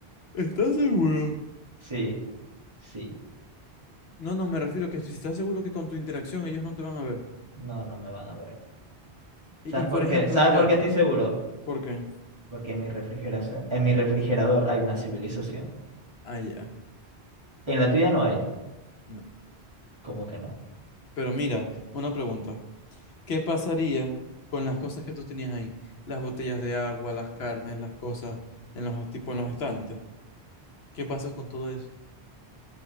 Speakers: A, on the left; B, on the right.
A: ¿Estás seguro?
B: Sí, sí.
A: No, no, me refiero que si estás seguro que con tu interacción ellos no te van a ver.
B: No, no me van a ver.
A: Y,
B: ¿Sabes
A: y
B: por
A: por ejemplo,
B: qué? ¿Sabes
A: mira,
B: por qué estoy seguro?
A: ¿por qué?
B: Porque en mi refrigeración, en mi refrigerador hay una civilización.
A: Ah, ya.
B: En la tuya no hay.
A: No.
B: ¿Cómo que no?
A: Pero mira, una pregunta. ¿Qué pasaría con las cosas que tú tenías ahí? Las botellas de agua, las carnes, las cosas en los tipo en los estantes. ¿Qué pasa con todo eso?